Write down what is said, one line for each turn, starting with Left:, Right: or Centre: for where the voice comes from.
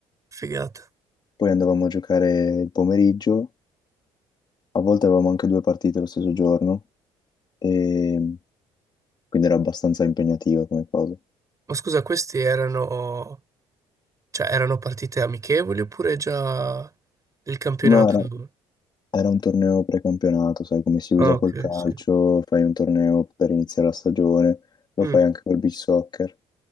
Right: figata.
Left: poi andavamo a giocare il pomeriggio, a volte avevamo anche due partite lo stesso giorno, e quindi era abbastanza impegnativa come cosa.
Right: Ma scusa, queste erano, cioè, erano partite amichevoli oppure già il campionato?
Left: No, era, era un torneo precampionato, sai come si usa
Right: Ah, ok,
Left: col calcio,
Right: sì.
Left: fai un torneo per iniziare la stagione, lo
Right: Mm.
Left: fai anche col beach soccer.